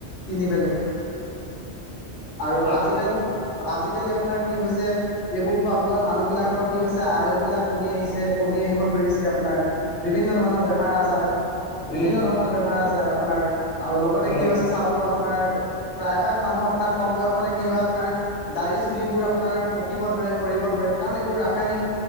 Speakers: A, on the left; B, in the centre.
A: কিনি পেলাই আৰু
B: হয়
A: আজিকালি
B: কথাটো
A: আজিকালি আপোনাৰ কি হৈছে এইবোৰ খোৱাৰ ফলত মানুহ বিলাকৰ কি হৈছে আয়ুস বিলাক কমি আহিছে কমি আহিব ধৰিছে আপোনাৰ বিভিন্ন ধৰণৰ বেমাৰ আজাৰ বিভিন্ন
B: উম
A: ধৰণৰ বেমাৰ আজাৰ আপোনাৰ আৰু লগতে
B: হয়
A: কি হৈছে চাব আপোনাৰ প্ৰায় ভাগ মানুহ আপোনাৰ কম বয়সতে কি হয় আপোনাৰ দাৰি চুলিবোৰ আপোনাৰ পকিব ধৰে সৰি সৰিব ধৰে কাৰণ এইবোৰ ৰাসায়নিক